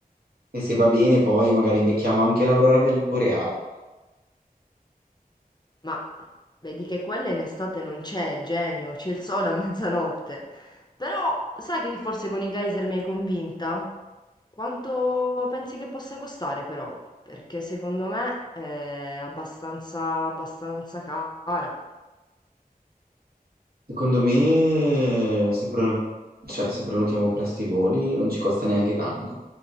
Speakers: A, on the right (about 75°); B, on the left (about 25°).
A: E se va bene, poi magari becchiamo anche l'aurora bel- boreale.
B: ma vedi che quella in estate non c'è genio c'è il sole a mezzanotte però sai che forse con i geyser mi hai convinta quanto pensi che possa costare però perché secondo me è abbastanza abbastanza cara
A: Secondo me, se, prono- cioè, se prenotiamo presto i voli, non ci costa neanche tanto.